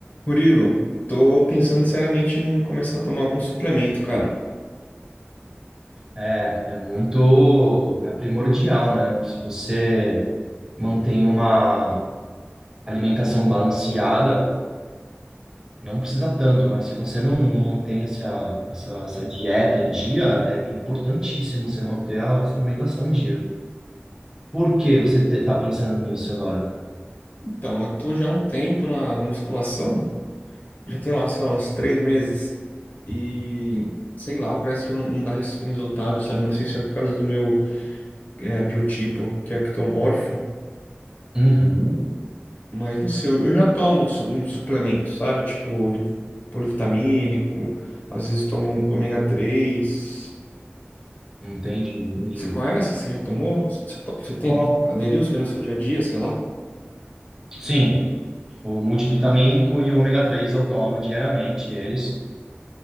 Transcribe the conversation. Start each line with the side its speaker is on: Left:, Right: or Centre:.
Left: Murilo, tô pensando seriamente em começar a tomar algum suplemento, cara.
Right: É, é muito, é primordial, né? Se você mantém uma alimentação balanceada, não precisa tanto, mas se você não, não mantém essa, essa, essa dieta em dia, é importantíssimo você manter a suplementação em dia. Por que você te, tá pensando nisso agora?
Left: Então, eu tô já há um tempo na, na musculação, já tem lá, sei lá, uns três meses, e sei lá, parece que não, não dá res- resultado, sabe? Não sei se é por causa do meu é, biotipo, que é ectomorfo,
Right: Uhum,
Left: mas não sei, eu, eu já tomo um, su- um suplemento, sabe? Tipo, vi- polivitamínico, às vezes tomo ômega três.
Right: entendi, entendi.
Left: Você conhece? Você já tomou? Você, to- você tem,
Right: Bom,
Left: aderiu isso aí no seu dia a dia, sei lá?
Right: sim, o multivitamínico e o ômega 3 eu tomo diariamente, eles.